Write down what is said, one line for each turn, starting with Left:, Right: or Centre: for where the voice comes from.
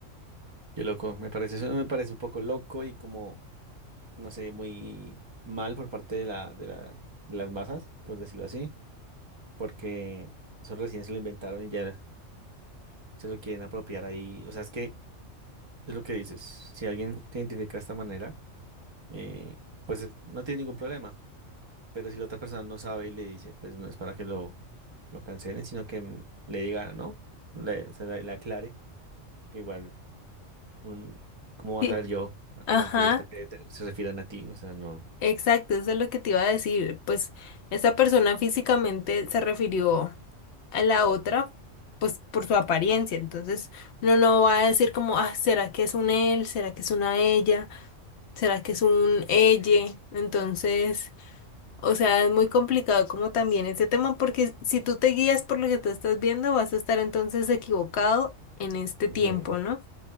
Right: qué loco. Me parece, eso me parece un poco loco y como, no sé, muy mal por parte de la, de la, de las masas, por decirlo así, porque eso recién se lo inventaron y ya se lo quieren apropiar ahí. O sea, es que es lo que dices. Si alguien se identifica de esta manera, eh, pues eh, no tiene ningún problema. Pero si la otra persona no sabe y le dice, pues no es para que lo, lo cancelen, sino que mm, le diga, no, le, se le, le aclare, que igual, un, ¿cómo vas
Left: Sí.
Right: a ver yo a cómo
Left: Ajá.
Right: te gusta que te- se refieran a ti? O sea, no,
Left: Exacto, eso es lo que te iba a decir. Pues esta persona físicamente se refirió a la otra, pues por su apariencia. Entonces uno no va a decir como, ah, ¿será que es un él? ¿Será que es una ella? ¿Será que es un elle? Entonces, o sea, es muy complicado como también este tema porque si tú te guías por lo que tú estás viendo, vas a estar entonces equivocado en este tiempo,
Right: Ujú.
Left: ¿no?